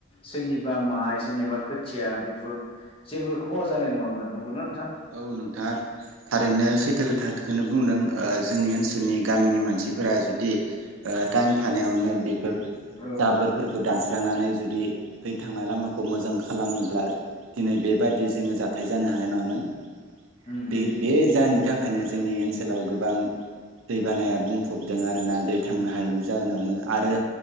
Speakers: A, on the left (about 30°); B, on the right (about 80°).
A: सोरनिबा माइ सोरनिबा खोथिया बेफोर जेबो खहा जानाय नङामोन नंगौना नों
B: औ नोंथाङा थारैनो सैथो खोथाखौनो बुंदों ओ जोंनि ओनसोलनि गामिनि मानसिफोरा जुदि ओ टाइम थानायावनो बेफोर
A: औ
B: जाबोरफोरखौ दानस्रांनानै जुदि दै थांनाय लामाखौ मोजां खालामोब्ला दिनै बेबादि जोङो जाथाय जानो हानाय नङामोन
A: उम
B: बे
A: उम
B: बे जानि बिनि थाखायनो जोंनि ओनसोलाव गोबां दैबानाया बुंफबदों आरोना दै थांनो हायैनि जाहोनावनो आरो